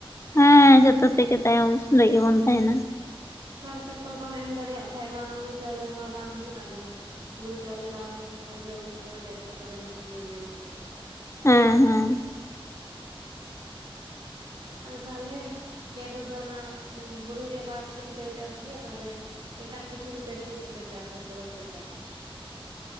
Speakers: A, on the left (about 30°); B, on the right (about 55°).
A: ᱦᱮᱸ ᱡᱚᱛᱚ ᱛᱮᱜᱮ ᱛᱟᱭᱚᱢ ᱨᱮᱜᱮ ᱵᱚᱱ ᱛᱟᱦᱮᱱᱟ
B: ᱦᱳᱭ ᱥᱟᱨ ᱪᱟᱯᱚᱱ ᱵᱟᱢ ᱮᱢ ᱫᱟᱲᱮᱭᱟᱜ ᱠᱷᱟᱡ ᱢᱟ ᱦᱩᱲᱩ ᱪᱟᱣᱞᱮ ᱦᱚᱸ ᱵᱟᱝ ᱦᱩᱭᱩᱜᱼᱟ ᱟᱫᱚ ᱦᱟᱸᱜ ᱦᱩᱲᱩ ᱪᱟᱣᱞᱮ ᱵᱟᱝ ᱦᱩᱭ ᱞᱮᱱᱠᱷᱟᱱ ᱡᱚᱢᱼ ᱧᱩ ᱠᱚᱨᱮ ᱫᱚ ᱮᱴᱠᱮᱴᱚᱬᱮ ᱦᱟᱸᱜ ᱧᱮᱞ ᱧᱟᱢᱚᱜ ᱜᱮᱭᱟ
A: ᱦᱮᱸ ᱦᱮᱸ
B: ᱟᱫᱚ ᱛᱟᱦᱚᱞᱮ ᱠᱷᱮᱛ ᱨᱮᱫᱚ ᱚᱱᱟ ᱦᱩᱲᱩ ᱜᱮ ᱵᱟᱨᱥᱤᱱ ᱯᱮ ᱪᱟᱥ ᱜᱮᱭᱟ ᱛᱟᱦᱞᱮ ᱮᱴᱟᱜ ᱠᱤᱪᱷᱩ ᱫᱚᱯᱮ ᱛᱤᱥ ᱯᱮ ᱪᱟᱥᱟ ᱥᱮ ᱵᱟᱯᱮ ᱪᱟᱥᱟ